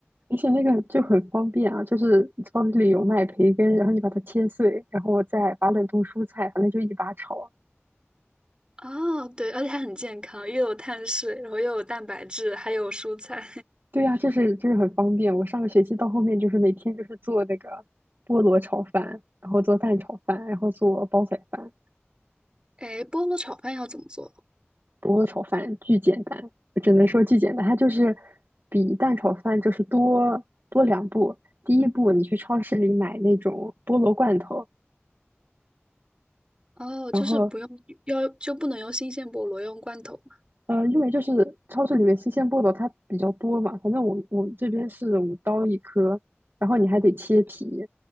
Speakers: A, on the right; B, on the right.
A: 而且那个就很方便啊，就是超市里有卖培根，然后你把它切碎，然后我再把冷冻蔬菜，反正就一把炒。
B: 哦，对，而且还很健康，又有碳水，然后又有蛋白质，还有蔬菜。
A: 对呀，就是就是很方便。我上个学期到后面就是每天就是做那个菠萝炒饭，然后做蛋炒饭，然后做煲仔饭。
B: 哎，菠萝炒饭要怎么做？
A: 菠萝炒饭巨简单，我只能说巨简单。它就是比蛋炒饭就是多多两步。第一步，你去超市里买那种菠萝罐头，
B: 哦，
A: 然后。
B: 就是不用，要就不能用新鲜菠萝，要用罐头嘛？
A: 呃，因为就是超市里面新鲜菠萝它比较多嘛，反正我我们这边是五刀一颗，然后你还得切皮，